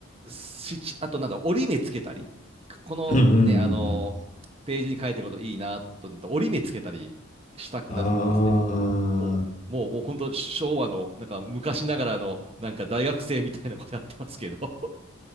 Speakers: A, on the right; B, on the left.
A: しちあとなんだ、折り目つけたり、このね、
B: うんうんうんう
A: あのページに書いてることいいなと思ったら折り目つけたりしたくなるんですね。
B: んあ
A: もう、もう、もう本当昭和の、なんか昔ながらの、なんか大学生みたいなことやってますけど。